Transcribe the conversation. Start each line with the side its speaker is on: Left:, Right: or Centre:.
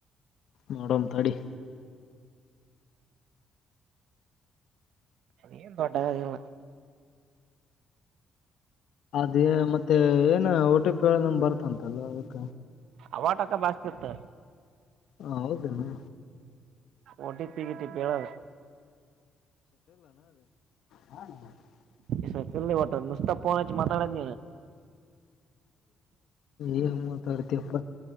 Left: ನೋಡಮ್ ತಡಿ.
Right: ಏನು ದೊಡ್ ಆಗದಿಲ್ಲ.
Left: ಅದೇ ಮತ್ತೆ ಏನ್ ಒ ಟಿ ಪಿ ಹೇಳ ನಂಬರ್ ಬರ್ತಂತಲ್ಲ ಅದಕ.
Right: ಹವಟಕ ಬಾಸ್ತಿ ಇತ್ತು.
Left: ಹ ಹೌದೇನು.
Right: ಓಟಿಪಿ ಗಿಟಿಪಿ ಹೇಳದು.
Left: ಹಾ. <inaudible>
Right: <inaudible> ಮಾತಾಡುದು ನೀನು.
Left: ಏನ್ ಮಾತಡ್ತಿ ಯಪ್ಪ